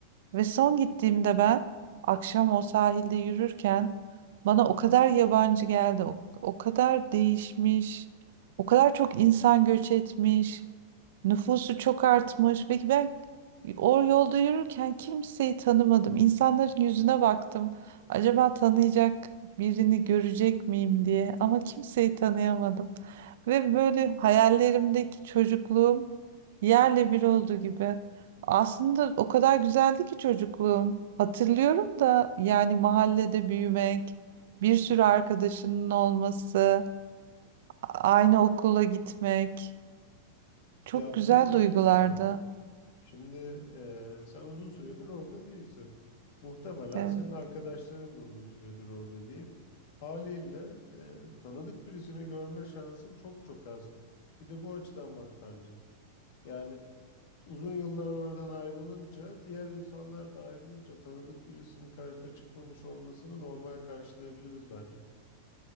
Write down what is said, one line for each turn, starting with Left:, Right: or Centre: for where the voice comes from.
Right: Ve son gittiğimde ben akşam o sahilde yürürken bana o kadar yabancı geldi. O, o kadar değişmiş. O kadar çok insan göç etmiş. Nüfusu çok artmış. Peki ben o yolda yürürken kimseyi tanımadım. İnsanların yüzüne baktım. Acaba tanıyacak birini görecek miyim diye ama kimseyi tanıyamadım. Ve böyle hayallerimdeki çocukluğum yerle bir oldu gibi. Aslında o kadar güzeldi ki çocukluğum. Hatırlıyorum da yani mahallede büyümek, bir sürü arkadaşının olması, a- aynı okula gitmek çok
Left: Ya
Right: güzel
Left: bir de şöyle
Right: duygulardı.
Left: düşün ama. Şimdi eee, sen uzun süredir orada değilsin. Muhtemelen
Right: Evet.
Left: senin arkadaşların da uzun süredir orada değil. Haliyle eee, tanıdık birisini görme şansın çok çok az. Bir de bu açıdan bak bence. Yani uzun yıllar oradan ayrılınca, diğer insanlar da ayrılınca tanıdık birisinin karşına çıkmamış olmasını normal karşılayabiliriz bence.